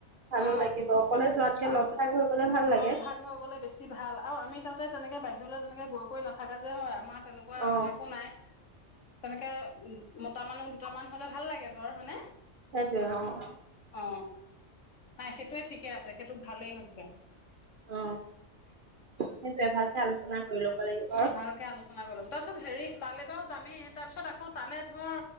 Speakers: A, on the right (about 50°); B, on the left (about 80°).
A: ভালো
B: অ
A: লাগিব অকলে যোৱাকে
B: আহোতে
A: লগ ভাগ হৈ গলে ভাল লাগে
B: লগ ভাগ হৈ গ'লে বেছি ভাল আৰু আমি তাতে তেনেকে বাহিৰলৈ তেনেকে গৈ কৰি নাথাকা যে হয় আমা তেনেকুৱা
A: অ অ
B: অভ্যাস নাই তেনেকে উ মতা মানুহ দুটামান হ'লে ভাল লাগে ধৰ হয়নে?
A: সেটোৱে অ।
B: অ নাই সেইটোৱে ঠিকে আছে, সেটোত ভালে হৈছে।
A: অ সেটোয়ে ভাল। টোৱে আলোচনা কৰি ল'ব লাগিব। আৰু
B: অ ভালকে আলোচনা কৰি লম, তাছত হেৰি তালে ত যামে। তাৰ পিছত আকৌ তালে ধৰ